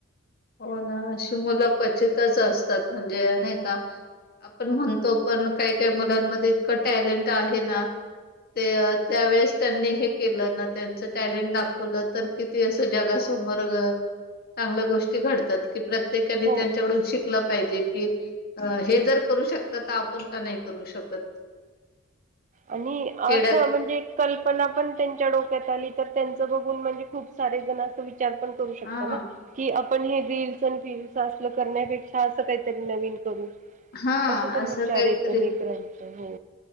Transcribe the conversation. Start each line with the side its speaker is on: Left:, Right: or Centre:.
Left: हो ना अशी मुलं क्वचितच असतात म्हणजे नाही का आपण म्हणतो पण काही काही मुलांमध्ये इतकं टॅलेंट आहे ना ते त्यावेळेस त्यांनी हे केलं ना त्यांच टॅलेंट दाखवलं तर असं जगासमोर चांगल्या गोष्ट घडतात की प्रत्येकानी
Right: हो
Left: त्यांच्याकडून शिकलं पाहिजे कि हे जर करू शकत तर आपण का नाही करू शकत
Right: आणि असं
Left: खेड्यात
Right: म्हणजे कल्पना पण त्यांच्या डोक्यात आली तर त्यांच बघून म्हणजे खूप सारे जण अस विचार पण करू शकता
Left: हा
Right: ना कि आपण हे रील्स आणि फील्स अस करण्यापेक्षा असं काहीतरी नवीन करू
Left: हा
Right: असं पण विचार
Left: काहीतरी
Right: येतो लेकरांचं हो